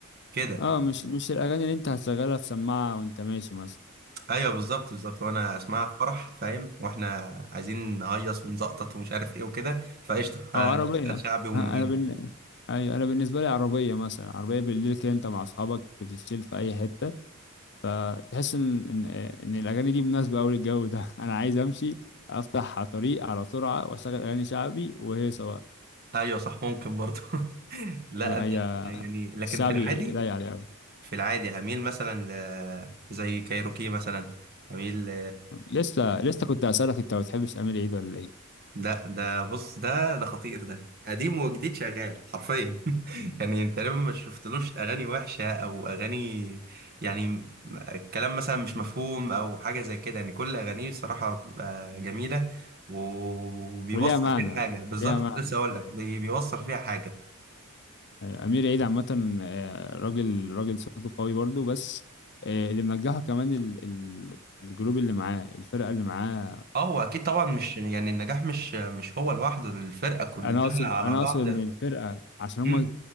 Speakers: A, on the right (about 45°); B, on the left (about 55°).
A: كده
B: اه مش مش الاغاني اللي انت هتشغلها في سماعة وانت ماشي مثلا
A: ايوه بالظبط بالظبط وانا اسمعها في فرح فاهم واحنا عايزين نهيص ونزقطط ومش عارف ايه وكده فقشطه هنشغل
B: او انت عربية
A: شعبي ونودي
B: ها، انا بال... ايوه انا بالنسبة لي عربية مثلا عربية بالليل كده انت مع اصحابك بتتشيل في اي حتة تحس ان ان ان الاغاني دي مناسبة قوي للجو ده <laughs> انا عايز امشي افتح على طريق على سرعة واشغل اغاني شعبي وهيصة بقى
A: ايوه صح ممكن برضه <laughs> لا
B: لا
A: انا
B: هي
A: يعني لكن
B: الشعبي
A: في العادي
B: لايق عليه قوي
A: في العادي هميل مثلا ل... زي كايروكي مثلا هميل ل...
B: لسه لسه كنت اسالك انت ما بتحبش امير عيد ولا ايه
A: ده ده بص ده ده خطير ده قديم وجديد شغال حرفيا <laughs>
B: م.
A: يعني انت تقريبا ما شفتلوش اغاني وحشه او اغاني يعني م- الكلام مثلا مش مفهوم او حاجه زي كده يعني كل اغانيه صراحه بتبقى جميله وبيوصل
B: وليها معنى
A: فيها حاجه بالظبط
B: ليها معنى
A: كنت لسه اقول
B: ايوه
A: لك بي- بيوصل فيها حاجه
B: أيوة، امير عيد عامه آه، راجل راجل صوته قوي برضو بس آه، اللي منجحه كمان ال ال الجروب اللي معاه الفرقه اللي معاه
A: اه هو اكيد طبعا مش يعني النجاح مش مش هو لوحده الفرقه كلها
B: انا اقصد
A: على
B: انا
A: بعض
B: اقصد ان الفرقه عشان
A: مم.
B: هم